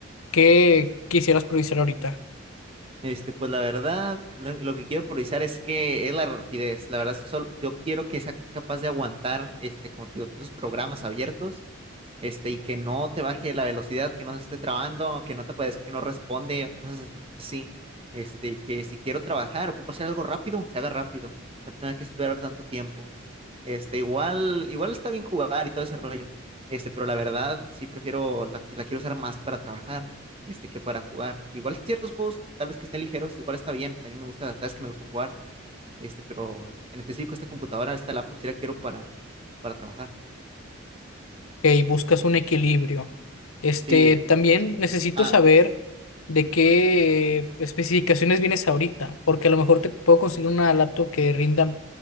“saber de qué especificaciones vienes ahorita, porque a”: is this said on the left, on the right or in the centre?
Left